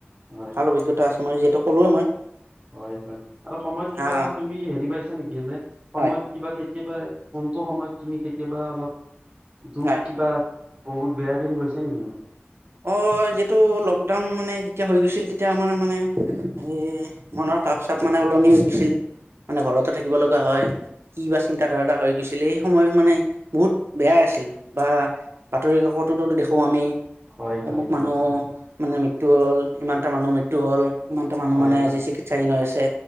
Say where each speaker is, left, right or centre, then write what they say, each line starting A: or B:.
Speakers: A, on the right; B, on the right.
A: হয়
B: <unintelligible> যিহেতু কলোৱে মই
A: হয় হয় আৰু সময়ত কিবা
B: হা
A: তুমি হেৰি পাইছা নেকি এনে
B: হয়
A: সময়ত কিবা কেতিয়াবা কোনটো সময়ত তুমি কেতিয়াবা অলপ দুখ
B: হয়
A: কিবা বহুত বেয়া দিন গৈছে কিন্তু
B: অ যিহেতু লকডাউন মানে যেতিয়া হৈ গৈছিল তেতিয়া আমাৰ মানে এই মনৰ পাপ চাপ মানে <unintelligible> মানে ঘৰতে থাকিব লগা হয়। কি বা চিন - তা ধাৰা এটা হৈ গৈছিল এই সময় মানে বহুত বেয়া আছিল বা, বাতৰি কাকততো দেখোঁ আমি।
A: হয়
B: অমুক
A: হয়
B: মানুহ
A: হয় হয়
B: মানে মৃত্যু হ'ল ইমানটা মানুহ মৃত্যু হ'ল। ইমানটা মানুহ
A: হয়
B: মানে আজি চিকিৎসাধীন হৈ আছে